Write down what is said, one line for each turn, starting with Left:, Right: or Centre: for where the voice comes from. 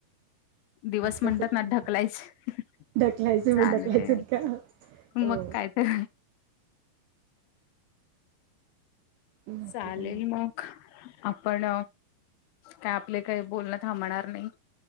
Left: दिवस म्हणतात
Right: कसं
Left: ना ढकलायचं
Right: ढकलायचे मग
Left: चालेल
Right: ढकलायचेत का? हो
Left: मग काय अहं.
Right: बाकी
Left: चालेल
Right: काय नाही.
Left: म आपण, काय आपले काही बोलणं थांबणार नाही.